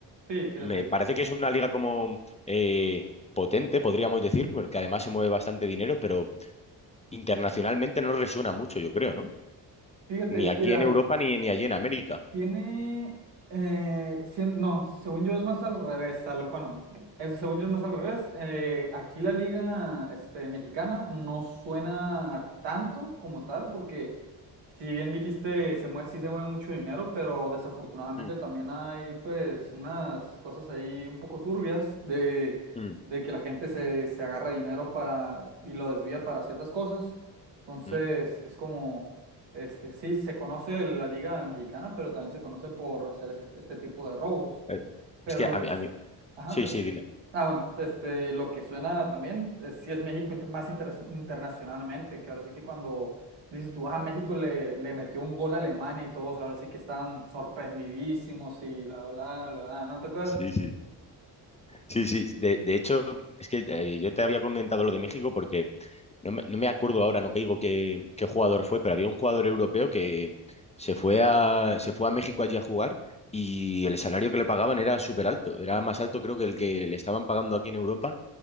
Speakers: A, on the right; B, on the left.
A: sí, sí
B: me
A: la sigo.
B: parece que es una liga como eh, potente, podríamos decir, porque además se mueve bastante dinero, pero internacionalmente no resuena mucho, yo creo, ¿no?
A: Fíjate,
B: Ni aquí
A: Ira,
B: en Europa ni, ni allí en América.
A: Tiene, eh, cien- no, según yo es más al revés. al- bueno, es- según yo es más al revés. Eh, aquí la liga este, mexicana no suena tanto como tal, porque si bien dijiste, se mue- sí se mueve mucho dinero, pero desafortunadamente
B: Mm,
A: también hay pues unas cosas ahí un poco turbias de,
B: mm,
A: de que la gente se, se agarra dinero para y lo desvía para ciertas cosas. Entonces
B: mm.
A: es como... Este, sí, se conoce la Liga Mexicana, pero también se conoce por hacer este, este tipo de robos.
B: Eh,
A: Pero
B: Es que
A: lo
B: a
A: que...
B: mí,
A: s-
B: a mí,
A: Ajá,
B: sí,
A: pero-
B: sí, dime.
A: Ah, bueno, este, lo que suena también, es, sí es México inter- más interes- internacionalmente, que ahora sí que cuando dices tú, ah, México le, le metió un gol a Alemania y todos, ahora sí que están sorprendidísimos y bla, bla, bla, bla, ¿no te acuerdas?
B: Sí, sí. Sí, sí, de, de hecho, es que eh, yo te había comentado lo de México porque no me, no me acuerdo ahora, no caigo qué, qué jugador fue, pero había un jugador europeo que se fue a, se fue a México allí a jugar y el salario que le pagaban era súper alto, era más alto creo que el que le estaban pagando aquí en Europa